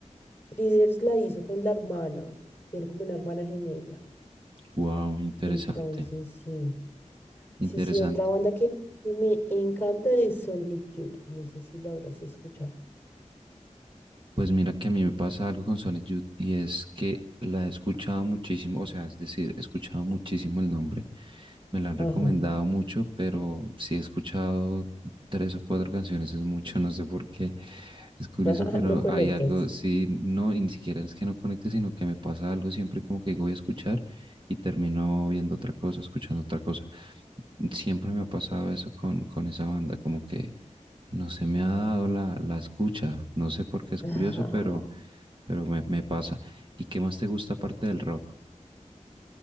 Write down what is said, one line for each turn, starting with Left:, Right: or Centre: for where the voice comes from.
Left: Breeders la hizo con la hermana, tiene como una hermana gemela.
Right: wow, interesante,
Left: Entonces, sí,
Right: interesante.
Left: sí, sí, otra banda que, que me encanta es Sonic Youth, no sé si la habrás escuchado.
Right: Pues mira que a mí me pasa algo con Sonic Youth y es que la he escuchado muchísimo, o sea, es decir, he escuchado muchísimo el nombre, me la han
Left: Ajá,
Right: recomendado mucho, pero si he escuchado tres o cuatro canciones es mucho, <laughs> no sé por qué, es curioso,
Left: <laughs>
Right: pero
Left: no conectas.
Right: hay algo, sí, no, y ni siquiera es que no conecte, sino que me pasa algo siempre como que digo voy a escuchar y termino viendo otra cosa, escuchando otra cosa. Siempre me ha pasado eso con, con esa banda, como que no se me ha dado la, la escucha, no sé por qué es
Left: <laughs>
Right: curioso, pero, pero me, me pasa. ¿Y qué más te gusta aparte del rock?